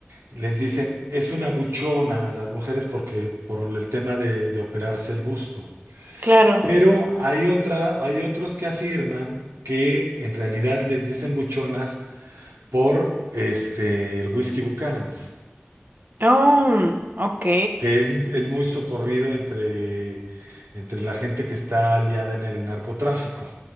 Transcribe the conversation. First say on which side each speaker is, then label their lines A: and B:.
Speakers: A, on the right; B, on the right.
A: les dicen, es una buchona a las mujeres porque, por el tema de, de operarse el busto.
B: claro.
A: Pero hay otra, hay otros que afirman que en realidad les dicen buchonas por este, el whisky Buchanan's,
B: Oh, ok.
A: que es, es muy socorrido entre, entre la gente que está aliada en el narcotráfico.